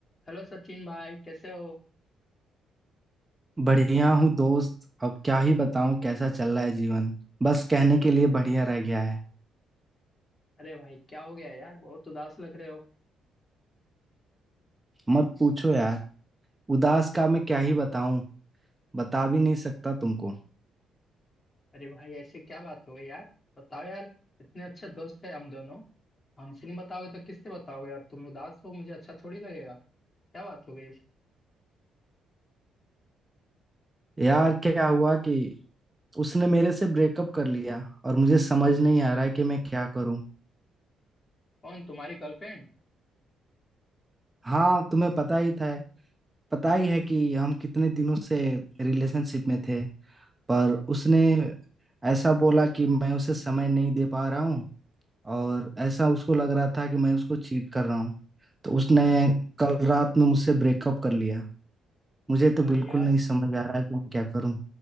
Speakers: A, on the left; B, on the right.
A: Hello Sachin भाई कैसे हो
B: बढ़िया हूँ दोस्त अब क्या ही बताऊँ कैसा चल रहा है जीवन बस कहने के लिए बढ़िया रह गया है
A: अरे भाई क्या हो गया यार बहुत उदास लग रहे हो
B: मत पूछो यार उदास का मैं क्या ही बताऊँ बता भी नहीं सकता तुमको
A: अरे भाई ऐसे क्या बात हो गई यार बताओ यार इतने अच्छे दोस्त है हम दोनों हमसे नहीं बताओगे तो किससे बताओगे और तुम उदास हो मुझे अच्छा थोड़ी लगेगा क्या बात हो गई इस-
B: यार क्या हुआ कि उसने मेरे से ब्रेकअप कर लिया और मुझे समझ नहीं आ रहा है कि मैं क्या करूँ
A: कौन तुम्हारी गर्लफ्रेंड
B: हाँ तुम्हें पता ही था पता ही है कि हम कितने दिनों से रिलेशनशिप में थे पर उसने ऐसा बोला कि मैं उसे समय नहीं दे पा रहा हूँ और ऐसा उसको लग रहा था कि मैं उसको चीट कर रहा हूँ तो उसने कल रात में मुझसे ब्रेकअप कर लिया मुझे
A: अरे
B: तो
A: भाई
B: बिल्कुल
A: यार
B: नहीं समझ आ रहा है कि मैं क्या करूँ